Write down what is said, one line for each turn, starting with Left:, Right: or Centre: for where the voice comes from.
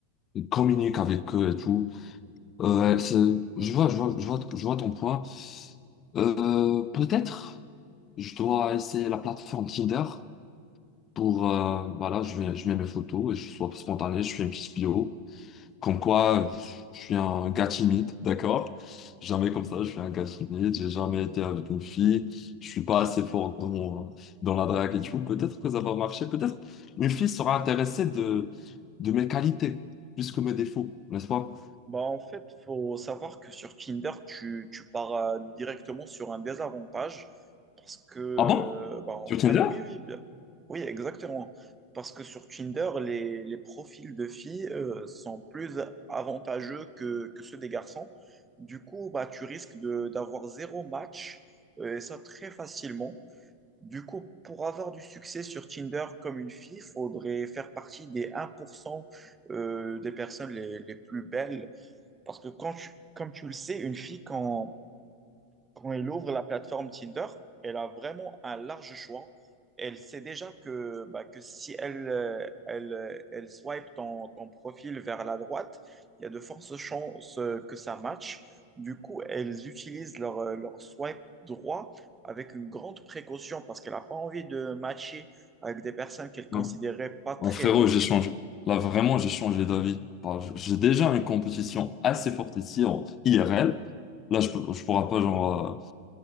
Left: ils communiquent avec eux et tout. Ouais, c'est- je vois, je vois, je vois, je vois ton point. Euh, peut-être je dois essayer la plateforme Tinder pour euh, voilà, je mets, je mets mes photos et je sois spontané, je fais une petite bio. Comme quoi, je suis un gars timide, d'accord? Jamais comme ça, je suis un gars timide, j'ai jamais été avec une fille, je suis pas assez fort dans, mon- dans la drague et tout. Peut-être que ça va marcher, peut-être une fille sera intéressée de, de mes qualités plus que mes défauts, n'est-ce pas?
Right: Bah, en fait, faut savoir que sur Tinder, tu, tu pars euh, directement sur un désavantage parce que, euh,
Left: Ah bon?
Right: bah, en
Left: Sur
Right: fait,
Left: Tinder?
Right: oui, oui, bien- oui, exactement. Parce que sur Tinder, les, les profils de filles euh, sont plus avantageux que, que ceux des garçons. Du coup, bah, tu risques de, d'avoir zéro match, euh, et ça très facilement. Du coup, pour avoir du succès sur Tinder comme une fille, il faudrait faire partie des 1% euh, des personnes les, les plus belles. Parce que quand tu- comme tu le sais, une fille, quand, quand elle ouvre la plateforme Tinder, elle a vraiment un large choix. Elle sait déjà que, bah, que si elle, euh, elle, euh, elle swipe ton, ton profil vers la droite, il y a de fortes chances euh, que ça matche. Du coup, elles utilisent leur, euh, leur swipe droit avec une grande précaution parce qu'elle n'a pas envie de matcher avec des personnes qu'elle considérait
Left: Non.
Right: pas très
Left: Ah, frérot,
Right: beaux.
Left: j'ai changé. Là, vraiment, j'ai changé d'avis. Bah, j- J'ai déjà une compétition assez forte ici en IRL. Là, je ne pourrais pas genre, euh,